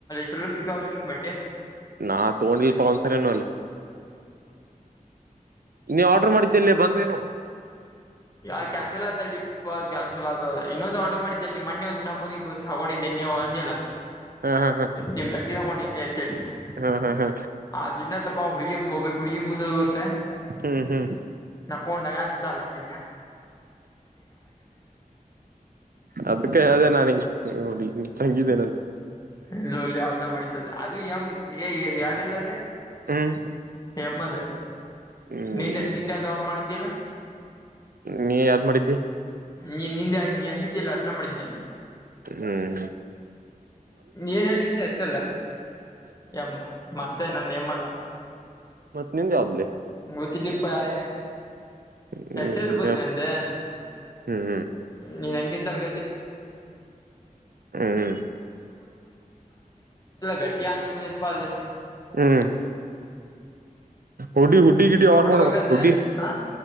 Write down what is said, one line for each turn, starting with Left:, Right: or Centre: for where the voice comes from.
Left: ಚಲೋ ಸಿಕ್ಕಾವ್ ಬಟ್ಟೆ
Right: ನಾ ತಗೊಂಡಿಲ್ಪ ಒಂದ್ಸರಿನು ಅಲ್ಲಿ ನೀ ಆರ್ಡರ್ ಮಾಡಿದ್ದಲ್ಲಿ ಬಂದ್ ಎನು
Left: ಯ ಕ್ಯಾನ್ಸಲ್ ಆತ ಅ ಇ ಕ್ಯಾನ್ಸಲ್ ಆತ ಇನ್ನೊಂದು ಆರ್ಡರ್ ಮಾಡಿದ್ದೆಲ್ಲಿ ಮೊ ಒಂದಿನ ಹಕೊಂಡಿ ಗೊತ್ತು ಹಗೊಂಡಿದ್ದೆ ನೀವು ಅಂದಲ್ಲ
Right: ಹಾ ಹಾ ಹಾ
Left: ನಿಮ್ ತಂಗಿ ತಗೊಂಡು ಇಲ್ಲಿ ಅಂತೇಳಿ
Right: ಹಾ ಹಾ ಹಾ
Left: ಆ ದಿನ ತಮ್ಮ ಹುಡ್ಗಿ ಹೋಗ್ು ಹುಡ್ಗಿ ಮುಂದ ಹೋಗತ್ತೆ
Right: ಹ್ಮ್ ಹ್ಮ್
Left: ಕೋಣಗಾಂತ ಬ ಡಾಲ್ಲಕ್ಕಕ್ಕೆ
Right: ಅದಕ್ಕೆ ಹೇಳ್ದೆ ನಾನ್ ನಿನ್ಗೆ. ನೋಡಿ ತಂಗಿದ್ದೇನೆಂತ.
Left: ಇ ಲೋಲಿ ಆಲ್ಟ ಮಾಡಿದ್ದದ ಅದು ಯಮ ಇತ್ತು ಯಾವ್ದಲ್ಲದೆ.
Right: ಹ್ಮ್
Left: ಎಮ್ಮದ
Right: ಹ್ಮ್
Left: ನಿಂದೆ
Right: ಹ್ಮ್
Left: ನಿಂದೆ ಯ್ದ <unintelligible> ಮಾಡ್ತಿಯಲ.
Right: ನೀ ಯಾವ್ದ್ ಮಾಡಿದ್ದಿ.
Left: ನೀ ನಿಂದೆ ನೀ ಅಂದಿದ್ದೆಲ್ಲ ಅದನ್ನ ಮಾಡಿದ್ದಾನೆ.
Right: ಹ್ಮ್ ಹ್ಮ.
Left: ಏನ್ ಹೇಳಿಂದೆ ಅಕ್ಸಲ್ಲ ಎಮ್ಮ ಮತ್ತೆ ನಂದ ಹೆಮ್ಮಲ್ಲ. <unintelligible>
Right: ಮತ್ತತ್ ನಿನ್ ಯಾವ್ದಲಿ.
Left: <unintelligible> ಇಪ್ಪ ಅದನೇ.
Right: ಹ್ಮ್
Left: ಸ್ಲ್ ಬದ್ಲಿ ಯಂಗ್. <unintelligible>
Right: ಹ್ಮ್
Left: <unintelligible> ಎಂತಂಗಿ ಬಂದಲ್ಲ
Right: ಹ್ಮ್
Left: ಗಟ್ಟಿ ಹಂಗಿ ಬಂದಿಪ ಅದ್.
Right: ಹ್ಮ್. ಹುಡಿ ಹುಡ್. ಹುಡ್ಡಿ ಗಿಡ್ಡಿ ಆರ್ಡರ್
Left: ನೋಡ್ಬೇಕಾದ್ರೆ
Right: ಮಾಡ ಹುಡ್ಡಿ
Left: ಹಾ